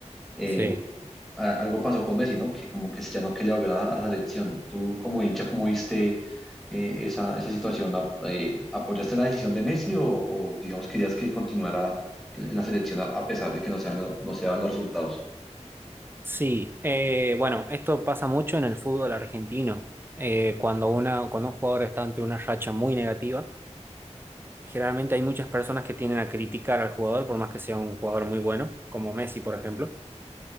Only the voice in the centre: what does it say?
eh,
a- algo pasó con Messi, ¿no? Que como que ya no quería volver a, a la selección. Tú, como hincha, ¿cómo viste eh, esa, esa situación? ¿Ap- eh, ¿Apoyaste la decisión de Messi o, o, digamos, querías que continuara en, en la selección a, a pesar de que no sean, lo- no se daban los resultados?